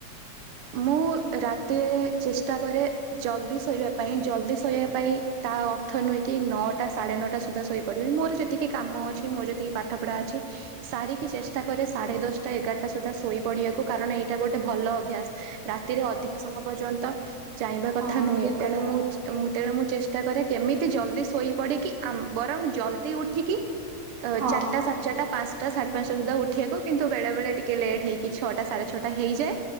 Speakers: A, on the right (about 75°); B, on the right (about 60°).
A: ମୁଁ ରାତିରେ ଚେଷ୍ଟା କରେ ଜଲଦି ଶୋଇବା ପାଇଁ ଜଲଦି ଶୋଇବା ପାଇଁ ତା ଅର୍ଥ ନୁହେଁ କି ନଅଟା ସାଢେ ନଅଟା ସୁଦ୍ଧା ଶୋଇପଡିବି ମୋର ଯେତିକି କାମ ଅଛି ମୋର ଯେତିକି ପାଠପଢା ଅଛି ସାରିକି ଚେଷ୍ଟା କରେ ସାଢେ ଦଶଟା ଏଗାରଟା ସୁଦ୍ଧା ଶୋଇପଡିବାକୁ। କାରଣ ଏଇଟା ଗୋଟେ ଭଲ ଅଭ୍ୟାସ ରାତିରେ ଅଧିକ ସମୟ ପର୍ଯ୍ୟନ୍ତ ଚାହିଁବା କଥା
B: ହଁ
A: ନୁହେଁ।
B: ଠିକ
A: ତେଣୁ
B: କଥା
A: ମୁ ତେଣୁ ମୁଁ ଚେଷ୍ଟା କରେ କେମିତି ଜଲଦି ଶୋଇ ପଡିକି ବରଂ ଜଲଦି ଉଠିକି
B: ହଁ
A: ଚାରିଟା ସାଢେ ଚାରିଟା ପାଞ୍ଚ ଟାଢେ <unintelligible> ପାଞ୍ଚଟା ସୁଧା ଉଠିବାକୁ କିନ୍ତୁ ବେଳେ ବେଳେ ଟିକେ ଲେଟ୍ ହେଇକି ଛଅଟା ସାଢେ ଛଅଟା ହେଇଯାଏ।